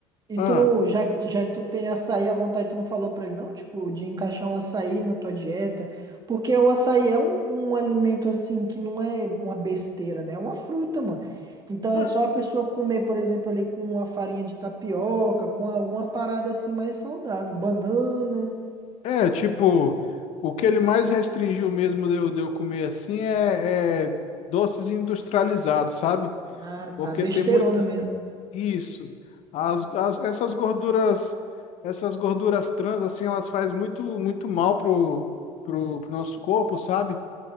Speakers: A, on the right (about 30°); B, on the left (about 60°).
A: e
B: Ah,
A: tu não, já, que- já que tu tem açaí à vontade, tu não falou pra ele não, tipo, de encaixar um açaí na tua dieta? Porque o açaí é um, um alimento, assim, que não é uma besteira, né? É uma fruta, mano. Então
B: ah,
A: é só a pessoa comer, por exemplo, ali com uma farinha de tapioca, com alguma parada assim mais saudável. Banana.
B: é, tipo, o que ele mais restringiu mesmo de eu, de eu comer assim é, é doces industrializados, sabe?
A: Ah,
B: Porque
A: tá. Besteirona
B: tem muito.
A: mesmo.
B: Isso. As, as- essas gorduras, essas gorduras trans, assim, elas fazem muito, muito mal pro, pro, pro nosso corpo, sabe?